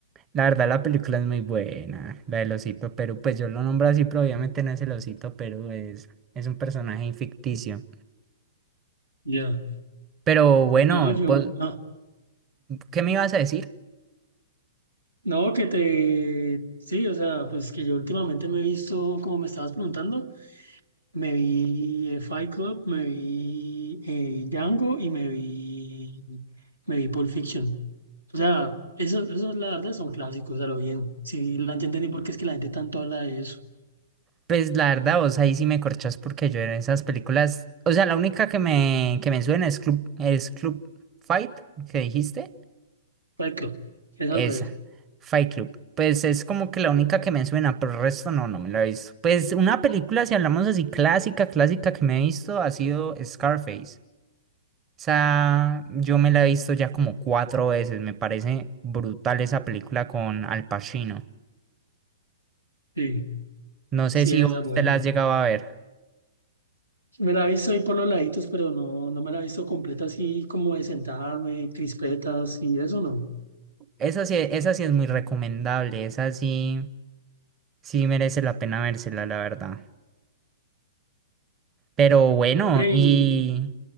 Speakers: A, on the right; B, on the right.
A: la verdad la película es muy buena, la del Osito Perú, pues yo lo nombro así, pero obviamente no es el Osito Perú, es, es un personaje ficticio.
B: Ya.
A: Pero bueno,
B: No, yo.
A: vos-
B: Ah,
A: ¿qué me ibas a decir?
B: no, que te. Sí, o sea, pues que yo últimamente me he visto, como me estabas preguntando, me vi eh, Fight Club, me vi eh, Django y me vi. Me vi Pulp Fiction. O sea, eso, eso la verdad son clásicos, a lo bien. Sí, la entendí porque es que la gente tanto habla de eso.
A: Pues la verdad vos ahí sí me corchás porque yo en esas películas, o sea, la única que me, que me suena es Club, es Club Fight, que dijiste.
B: Exacto, es
A: Esa,
B: al revés.
A: Fight Club. Pues es como que la única que me suena, pero el resto no, no me la he visto. Pues una película, si hablamos así, clásica, clásica que me he visto, ha sido Scarface. Esa, yo me la he visto ya como cuatro veces. Me parece brutal esa película con Al Pacino.
B: Sí,
A: No
B: sí,
A: sé si
B: esa
A: vos
B: es buena.
A: te la has llegado a ver.
B: Me la he visto ahí por los laditos, pero no, no me la he visto completa así como de sentarme, crispetas y eso no.
A: Esa sí, esa sí es muy recomendable. Esa sí, sí merece la pena vérsela, la verdad. Pero bueno,
B: Ve
A: y...
B: y